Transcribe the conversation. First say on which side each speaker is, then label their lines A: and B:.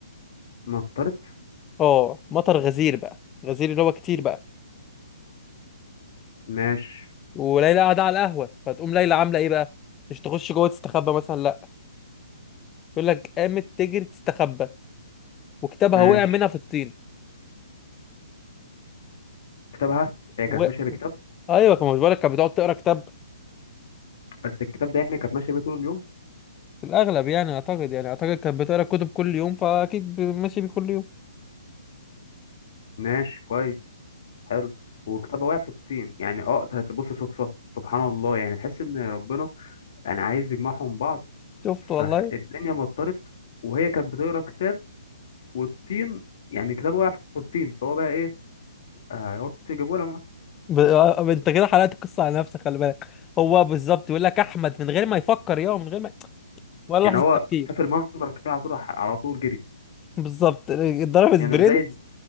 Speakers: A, on the left (about 55°); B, on the left (about 20°).
A: نطرت
B: اه مطر غزير بقى غزير اللي هو كتير بقى
A: ماشي
B: وليلى قاعده على القهوه فتقوم ليلى عامله ايه بقى مش تخش جوه تستخبى مثلا لا يقول لك قامت تجري تستخبى وكتابها
A: ماشي
B: وقع منها في الطين
A: كتابها هي
B: و...
A: كانت ماشيه بكتاب
B: ايوه كان مش بالك كانت بتقعد تقرا كتاب
A: بس الكتاب ده يعني كانت ماشيه بيه طول اليوم
B: في الاغلب يعني اعتقد يعني اعتقد كانت بتقرا كتب كل يوم فاكيد ب- ماشي بيه كل يوم
A: ماشي كويس حلو وكتابها وقع في الطين يعني اه تبص صدفه سبحان الله يعني تحس ان ربنا يعني عايز يجمعهم بعض
B: شفت والله
A: فالدنيا مطرت وهي كانت بتقرا كتاب والطين يعني كتابه وقع في الطين فهو بقى ايه آه، يقعد يجيبه لها مثلا
B: ب... آه، انت كده حلقت القصه على نفسك خلي بالك هو بالظبط يقول لك احمد من غير ما يفكر يا من غير ما ولا
A: يعني
B: لحظه
A: هو
B: تفكير
A: شاف المنظر كده على طول راح على طول جري
B: بالظبط ضرب
A: يعني
B: سبرنت
A: زي